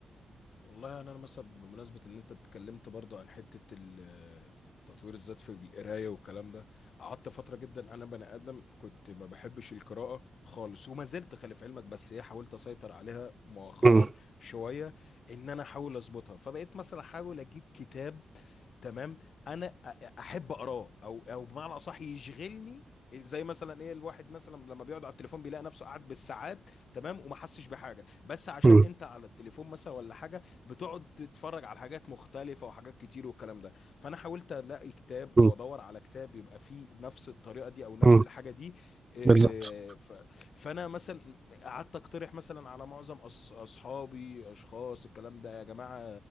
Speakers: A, on the left; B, on the right.
A: والله يعني انا مثلا بمناسبه ان انت اتكلمت برضه عن حته ال- تطوير الذات في القرايه والكلام ده قعدت فتره جدا انا بني ادم كنت ما بحبش القراءه خالص وما زلت خلي في علمك بس ايه حاولت اسيطر عليها مؤخرا
B: مم،
A: شويه ان انا احاول اظبطها فبقيت مثلا احاول اجيب كتاب تمام انا أ- احب اقراه او او بمعنى اصح يشغلني زي مثلا ايه الواحد مثلا لما بيقعد على التليفون بيلاقي نفسه قاعد بالساعات تمام وما حسش بحاجه بس عشان
B: مم،
A: انت على التليفون مثلا ولا حاجه بتقعد تتفرج على حاجات مختلفه وحاجات كتير والكلام ده فانا حاولت الاقي كتاب او
B: مم،
A: ادور على كتاب يبقى فيه نفس الطريقه دي او نفس
B: مم،
A: الحاجه دي إيه،
B: بالظبط
A: ف- فانا مثلا قعدت اقترح مثلا على معظم أص- اصحابي اشخاص الكلام ده يا جماعه